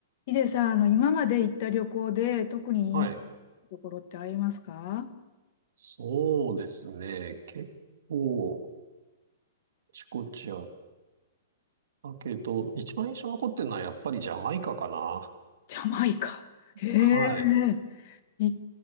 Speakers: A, on the left; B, on the right.
A: ヒデさん、あの、今まで行った旅行で特にいい
B: はい。
A: ところってありますか
B: そうですね。結構、あちこちあったけど、一番印象残ってるのはやっぱりジャマイカかな。
A: ジャマイカ。へえ、
B: はい。
A: 行っ